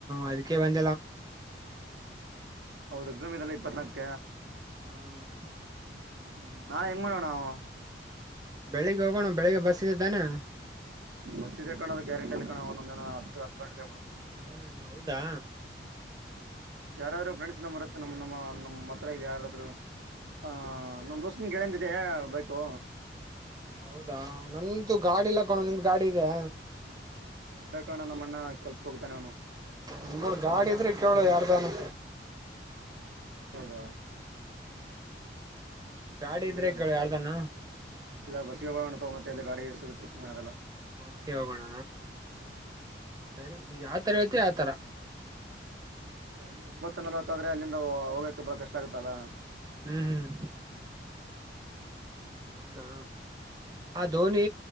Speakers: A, on the right; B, on the right.
A: ಅದಕ್ಕೆ ಬಂದ
B: ಹೌದು ಎಕ್ಸಮ್ ಇದೆಲ್ಲ ಇಪ್ಪತ್ನಾಕ
A: ಹ್ಮ್
B: ಹ್ಮ್ ನಾಳೆ ಎಂಗಮಾಡಣಾವ
A: ಬೆಳಿಗ್ಗೆ ಹೋಗೋಣ ಬೆಳಿಗ್ಗೆ ಬಸ್ಇದೆ ತಾನೆ
B: ಬಸ್ ಇದೆ ಕಣೋ ಗ್ಯಾರಂಟಿಇಲ್ಲ ಕಣೊ ಒಂದೊಂದ್ ದಿನ ಹತ್ತು ಹತ್ತು ಗಂಟೆಗೆ ಬಿ ಬಿಡತ್ತೆ
A: ಹ್ಮ್ ಹೌದಾ
B: ಹ್ಮ್ ಯಾರಾದರೂ ಫ್ರೆಂಡ್ಸ್ನ ಬರುತ್ ನಮ್ಮ್ ನಮ್ಮ ನಮ್ಮ್ ಹತ್ರ ಇಲ್ಲಿ ಯಾರಾದ್ರು ಹ ನಮ ದೋಸ್ ಗೆಳೆಯಂದಿದೆ ಬೈಕು
A: ಹೌದಾ ನಂದು ಗಾಡಿಲ್ಲ ಕಣೊ ನಿಂದು ಗಾಡಿ ಇದೆ
B: ಇಲ್ಲಾ ಕಾಣೊ ನಮ್ಮ ಅಣ್ಣ ಕಲ್ಸ ಹೋಗ್ತಾನೆ ಅವನು
A: ನಿಮ್ಮೋರ ಗಾಡಿ ಇದ್ರೆ ಕೇಳ ಯಾರ್ದಾನು
B: ಹೌದಾ
A: ಗಾಡಿ
B: ಇಲ್ಲೆಲ್ಲ
A: ಇದ್ರೆ ಕೇಳ್
B: ಬಸ್
A: ಯಾರ್ದಾನ
B: ಇಲ್ಲ ಬಸ್ಸಗೆೋಗಣಾವ ಮತ್ತೆ ಎಲ್ಲಿ ಗಾಡಿ ಸಿಗುತ್ತ ಸುಮ್ ಆಗಲ್ಲ
A: ಬಸ್ಗೆ ಹೋಗೋಣ ಸರಿ ನೀ ಯಾವತರ ಹೇಳ್ತಿ ಆತರ
B: ಇಲ್ಲ ಅಲ್ಲಿ ಒಂಬತ್ತುನ ನೋತಾದ್ರೆ ಅಲ್ಲಿಂದ ಹೋಗಕ್ಕೆ ಬಾಳ ಕಷ್ಟ ಆಗತಾರ
A: ಹ್ಮ್ ಹ್ಮ್ ಹೌದಾ ಆ ಧೋನಿ